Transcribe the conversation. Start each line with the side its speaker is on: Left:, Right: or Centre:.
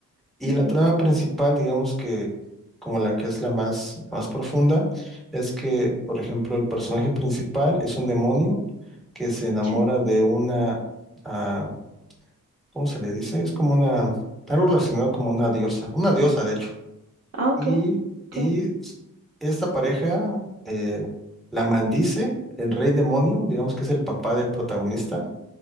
Centre: Y
Right: ujú,
Centre: la trama principal, digamos que como la que es la más, la más profunda, es que, por ejemplo, el personaje principal es un demonio que se enamora
Right: sí.
Centre: de una, ah, ¿cómo se le dice? Es como una, algo relacionado como una diosa, una diosa de hecho.
Right: Ah, ok,
Centre: Y,
Right: ok,
Centre: y s- esta pareja eh, la maldice el rey demonio, digamos que es el papá del protagonista,